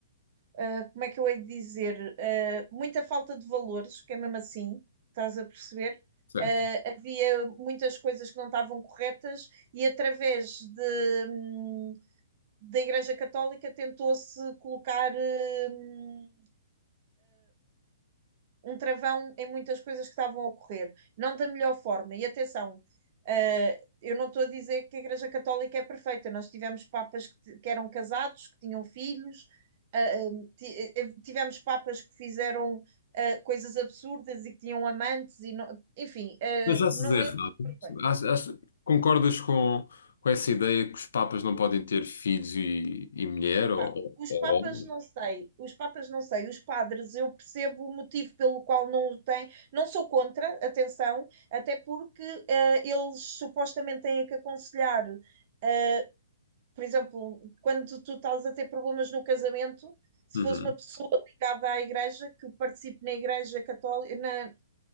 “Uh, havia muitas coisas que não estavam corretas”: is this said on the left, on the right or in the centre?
Right